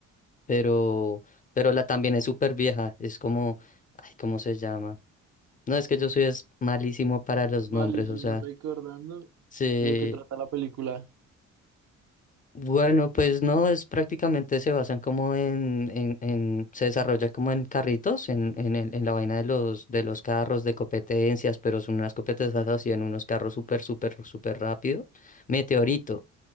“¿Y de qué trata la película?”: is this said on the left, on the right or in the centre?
Right